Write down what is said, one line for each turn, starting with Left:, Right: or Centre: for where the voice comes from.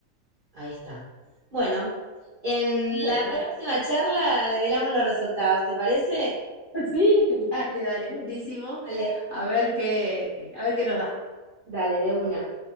Right: ahí está. Bueno, en
Left: Bueno,
Right: la próxima charla develamos los resultados, ¿te parece?
Left: <laughs> sí, dale, dale, buenísimo.
Right: Dale,
Left: A ver qué, a ver qué nos da.
Right: dale, de una.